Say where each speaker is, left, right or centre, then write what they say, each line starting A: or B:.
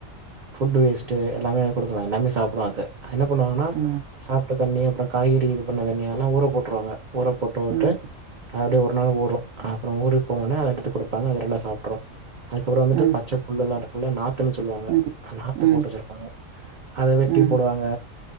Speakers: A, on the right; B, on the right.
A: ஃபுட் வேஸ்ட்டு எல்லாமே குடுக்கலாம் எல்லாமே சாப்டும் அது என்ன பண்ணுவாங்கன்னா
B: ம்
A: சாப்ட்ட தண்ணி அப்புறோம் காய்கறி இது பண்ண தண்ணிஎல்லா ஊற போட்ருவாங்க ஊற போட்டு போட்டு
B: ம்
A: அப்டியே அது ஒரு நாள் ஊறும் அப்றோம் ஊறி போனோனே அத எடுத்து குடுப்பாங்க அதெல்லாம் சாப்ட்றோ அதுக்கப்புறோம் வந்துட்டு
B: ம்
A: பச்சை புல்ல எல்லாம் இருக் நாத்துன்னு சொல்லுவாங்க
B: ம்
A: நாத்து
B: ம்
A: போட்டு கெடப்பாங்க அத வெட்டி
B: ம்
A: போடுவாங்க